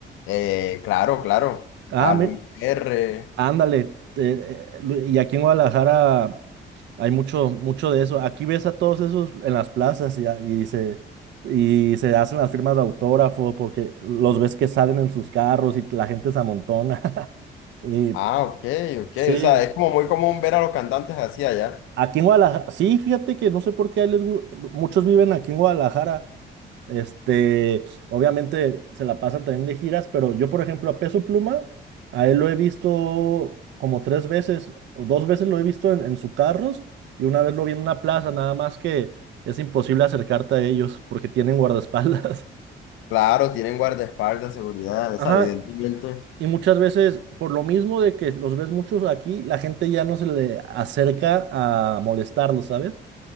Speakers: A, on the left; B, on the right.
A: Eh, claro, claro.
B: Ah,
A: A
B: mi-
A: Luis R.
B: Ándale, eh, eh, y aquí en Guadalajara hay mucho, mucho de eso. Aquí ves a todos esos en las plazas y, a- y se, y se hacen las firmas de autógrafo porque los ves que salen en sus carros y la gente se amontona. <laughs> Y
A: Ah, ok, ok.
B: sí,
A: O sea, es como muy común ver a los cantantes así allá.
B: Aquí en Guadalajara, sí, fíjate que no sé por qué a les gu- muchos viven aquí en Guadalajara. Este, obviamente se la pasan también de giras, pero yo, por ejemplo, a Peso Pluma, a él lo he visto como tres veces o dos veces lo he visto en, en sus carros y una vez lo vi en una plaza, nada más que es imposible acercarte a ellos porque tienen guardaespaldas.
A: Claro, tienen guardaespaldas, seguridad,
B: <laughs> Ajá,
A: o sea, evidentemente.
B: y muchas veces, por lo mismo de que los ves muchos aquí, la gente ya no se le acerca a molestarlos, ¿sabes?